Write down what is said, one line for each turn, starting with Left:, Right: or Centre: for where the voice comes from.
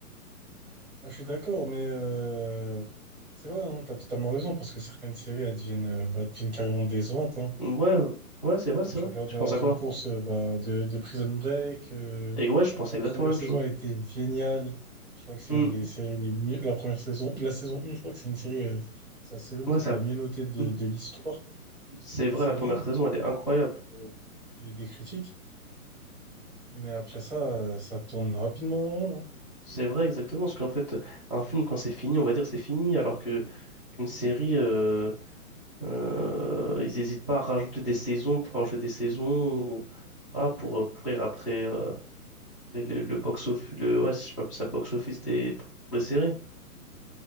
Right: Ah, je suis d'accord, mais euh, c'est vrai, hein, t'as totalement raison, parce que certaines séries, elles deviennent, euh, bah, deviennent carrément décevantes. hein.
Left: Ouais, ouais, c'est vrai,
Right: Quand
Left: c'est
Right: tu
Left: vrai.
Right: regardes
Left: Tu
Right: la
Left: penses
Right: fin
Left: à quoi?
Right: de course euh, bah, de, de Prison Break, euh,
Left: Et ouais, je pense
Right: la
Left: exactement
Right: première
Left: la
Right: saison,
Left: même chose.
Right: elle était géniale. Je crois que c'est
Left: Mm,
Right: une des séries les mieux. La première saison, la saison 1, je crois que c'est une série, euh, c'est la saison
Left: Ouais,
Right: peut-être
Left: ça,
Right: la mieux notée de,
Left: mm,
Right: de l'histoire
Left: c'est
Right: des
Left: vrai,
Right: séries,
Left: la première saison, elle est incroyable.
Right: euh, et des critiques. Mais après ça, euh, ça tourne rapidement en rond. hein.
Left: C'est vrai, exactement, parce qu'en fait, un film, quand c'est fini, on va dire c'est fini, alors que qu'une série, euh, euh, ils n'hésitent pas à rajouter des saisons pour rajouter des saisons, ou- ah, pour euh, courir après, euh, après le, box-office, le, box-off- le- ouais, si je peux appeler ça le box-office des, des séries.